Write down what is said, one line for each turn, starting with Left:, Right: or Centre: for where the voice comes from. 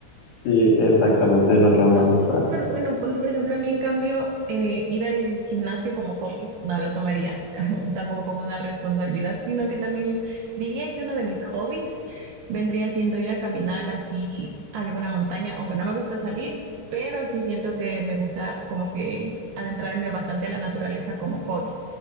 Left: sí, exactamente es lo que más me
Right: Ah,
Left: gusta.
Right: pero es súper bueno. Ponte, por ejemplo, a mí, en cambio, eh, ir al gimnasio como hobby no lo tomaría <laughs> tampoco como una responsabilidad, sino que también diría que uno de mis hobbies vendría siendo ir a caminar así a alguna montaña, aunque no me gusta salir, pero sí siento que me gusta como que adentrarme bastante a la naturaleza como hobby.